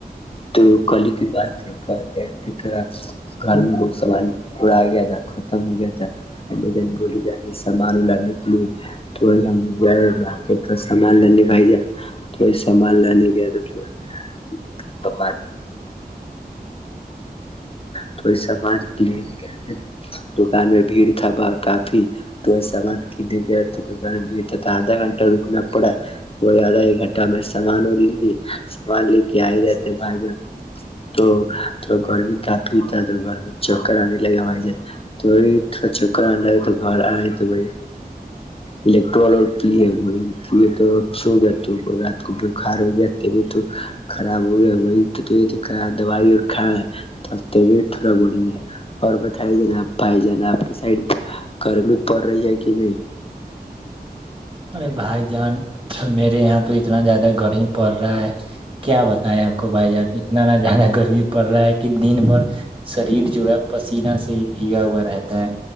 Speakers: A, on the left; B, on the right.
A: تو کلی کی بات ہے کہ گئے تھڑا گھر میں لوگ سامان اڑا گیا تھا ختم ہو گیا تھا بول ج سامانے کے لیے تو وہ ہم گئے مارکیٹ سامان لنے بھائی جان تو وہی سامان لنے گئے تو تھا تو میں تو یہ سامان لینے گئے تھے دکان میں بھیڑ تھا ب کافی تو سامان کینے گئے تھ دکان میں بھیڑ تھا آدھا گھنٹہ رکنا پڑا وہی آدھا ایک گھنٹہ میں سامان اور لے سامان لے کے آئے رہ تھے بھائی جان تو گرمی کافی پیتا تو گھر میں چکر آنے لگے بھائی ج تو تھوڑا چکر آنے لگے تو گھر آئے تو بھ الیکٹرول اور پیے وہ یہ یہ تو سو گ تو وہ رات بخار ہو گیا طبیعت خراب ہو گیا وہی تو طبیعت دوائی اور کھ تب طبیت تھوڑا بڑی ہے اور بتائی ج نا آپ بھائی جان آپ کی سائڈ گرمی پڑ رہی ہے کہ نہیں
B: ارے بھائی جان میرے یہاں تو اتنا زیادہ گرمی پڑ رہا ہے کیا بتائے آپ کو بھائی جان اتنا نہ زیادہ گرمی پڑ رہا ہے کہ دن بھر شریر جو ہے پسیینہ سے ہی بھیگا ہوا رہتا ہے